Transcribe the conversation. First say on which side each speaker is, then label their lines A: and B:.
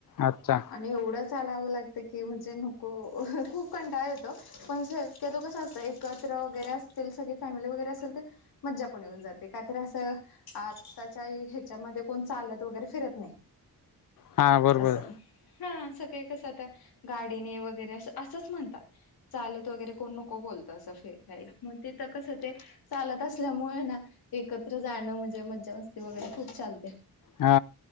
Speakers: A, on the left; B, on the left.
A: अच्छा
B: आणि एवढं चालावं लागतं की म्हणजे, नको खूप कंटाळ येतो पण शक्यतो कसं असतंय. एकत्र वगैरे असतील, सगळी फॅमिली वगैरे असेल तर मजा पण ये ते काय तरी असं आत्ताच्या याच्यामध्ये, कोण चालत वगैरे फिरत
A: हा बरोबर
B: असं. हा सगळे कसं, आ तर गाडीने वगैरे असंच म्हणतात. चालत वगैरे कोण नको बोलत असं फिरायला मग तिथं कसं ते. चालत असल्यामुळे ना, एकत्र जाणं म्हणजे मज्जा, मस्ती वगैरे खूप चालते.
A: हा